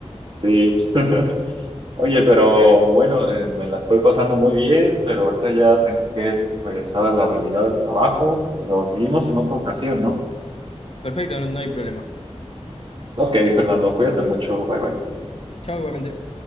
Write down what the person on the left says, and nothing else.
<laughs> Perfecto, no, no hay problema.
Chao igualmente.